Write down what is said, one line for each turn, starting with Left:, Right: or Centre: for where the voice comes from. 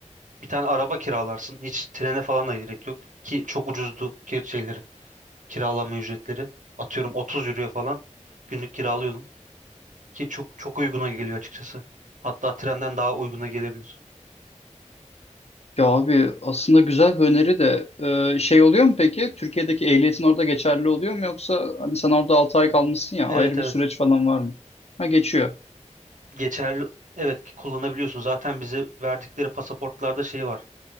Right: Bir tane araba kiralarsın. Hiç trene falan da gerek yok. Ki çok ucuzdu kir şeyleri, kiralama ücretleri. Atıyorum 30 euroya falan günlük kiralıyordum. Ki çok çok uyguna geliyor açıkçası. Hatta trenden daha uyguna gelebilir.
Left: Ya abi aslında güzel bir öneri de e, şey oluyor mu peki? Türkiye'deki ehliyetin orada geçerli oluyor mu yoksa hani sen orada 6 ay kalmışsın ya
Right: Evet
Left: ayrı
Right: evet.
Left: bir süreç falan var mı? Ha geçiyor.
Right: Geçerli. Evet ki kullanabiliyorsun. Zaten bize verdikleri pasaportlarda şey var.